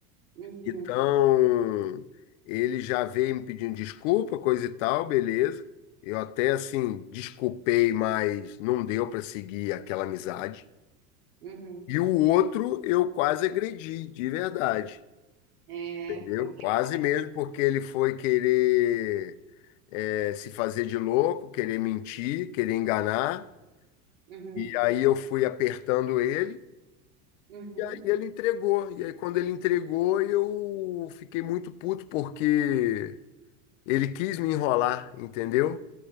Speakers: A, on the right (about 85°); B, on the left (about 60°).
A: uhum,
B: Então, ele já veio me pedindo desculpa, coisa e tal, beleza. Eu até assim desculpei, mas não deu para seguir aquela amizade.
A: uhum.
B: E o outro eu quase agredi, de verdade,
A: É
B: entendeu?
A: complicado.
B: Quase mesmo, porque ele foi querer eh, se fazer de louco, querer mentir, querer enganar.
A: Uhum,
B: E aí eu fui apertando ele.
A: uhum.
B: E ele entregou. E aí, quando ele entregou, eu fiquei muito puto porque ele quis me enrolar, entendeu?